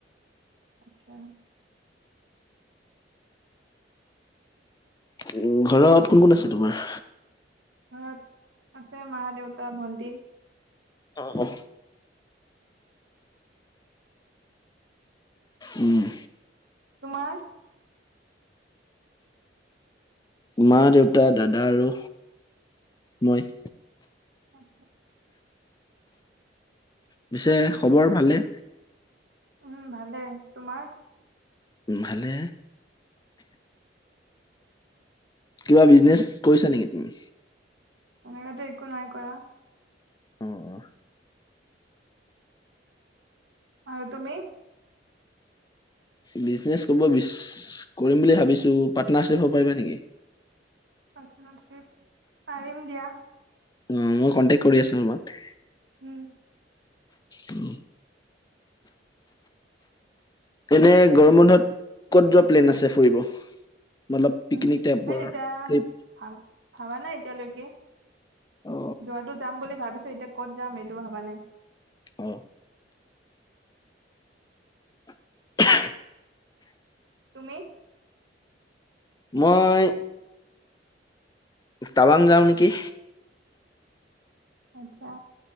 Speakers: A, on the right; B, on the left.
A: আচ্ছা।
B: উ ঘৰত কোন, কোন আছে তোমাৰ।
A: ঘৰত আছে মা, দেউতা, ভন্তি।
B: অ' অ,। উম।
A: তোমাৰ?
B: মা, দেউতা, দাদা আৰু মই।
A: <unintelligible>
B: পিছে খবৰ ভালে?
A: উ'ম ভালে, তোমাৰ?
B: উম, ভালে। কিবা বিজনেছ কৰিছা নেকি তুমি?
A: তেনেকেতো একো নাই কৰা।
B: উম, উম।
A: আৰু তুমি?
B: বিজনেছ কৰিব বিচ কৰিম বুলি ভাবিছোঁ। পাৰ্টনাৰশ্বিপ হ'ব পাৰিবা নেকি?
A: পাৰ্টনাৰশ্বিপ, পাৰিম দিয়া।
B: অ মই কনটেক্ট কৰি আছো তোমাক।
A: উম।
B: উম। এনে গৰমবন্ধত ক'ত যোৱা প্লেন আছে ফুৰিব? মতলব পিকনিক
A: উ'ম
B: টাইপৰ
A: এতিয়া
B: ট্ৰিপ
A: ভা, ভাবা নাই। এতিয়ালৈকে
B: অ
A: যোৱাটো যাম বুলি ভাবিছোঁ, এতিয়া ক'ত যাম এইটো ভাবা নাই।
B: অ <unintelligible>
A: তুমি।
B: মই। টাবাং যাওঁ নেকি।
A: আচ্ছা।